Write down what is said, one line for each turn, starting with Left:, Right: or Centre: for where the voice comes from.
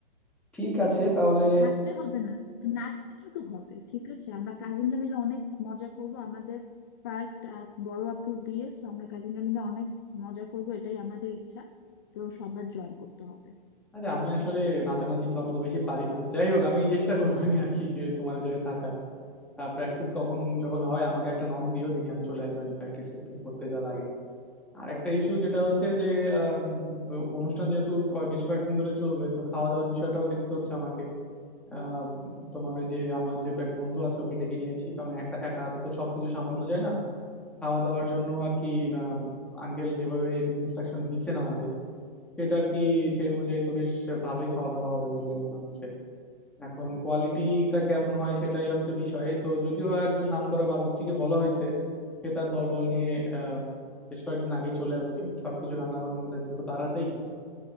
Centre: ঠিক আছে তাহলে
Left: হাসলে হবে না নাচতে কিন্তু হবে ঠিক আছে আমরা কাজিনরা মিলে অনেক মজা করব আমাদের ফার্স্ট বড় আপুর বিয়ে তো আমরা কাজিনরা মিলে অনেক মজা করব এটাই আমাদের ইচ্ছা তো সবার জয়েন করতে হবে
Centre: আরে আমি আসলে নাচানাচি তো অত বেশি পারি না যাই হোক আমি এই চেষ্টা করবো নি আর কি যে তোমাদের সাথে থাকার প্র্যাকটিস কখন যখন হয় আমাকে একটা নক দিও দেখি আমি চলে আসবো প্র্যাকটিস প্র্যাকটিস করতে যা লাগে আর একটা ইস্যু যেটা হচ্ছে যে আম, অনুষ্ঠান যেহেতু ক- বেশ কয়েকদিন ধরে চলবে তো খাওয়া দাওয়ার বিষয়টাও দেখতে হচ্ছে আমাকে আহ, তোমার ওই যে আমার যে এক বন্ধু আছে ওকে ডেকে নিয়েছি কারণ একা একা হাতে তো সবকিছু সামলানো যায় না খাওয়া দাওয়ার জন্য আর কি আঙ্কেল যেভাবে ইনস্ট্রাকশন দিছেন আমারে সেটা আর কি সেই অনুযায়ী তো বেশ ভালোই খাওয়া দাওয়া হবে বলে মনে হচ্ছে এখন কোয়ালিটিটা কেমন হয় সেটাই হচ্ছে বিষয় তো যদিও একজন নামকরা বাবুর্চিকে বলা হয়েছে সে তার দলবল নিয়ে আহ বেশ কয়েকদিন আগেই চলে আসবে সবকিছু রান্না বান্নার দায়িত্ব তো তার হাতেই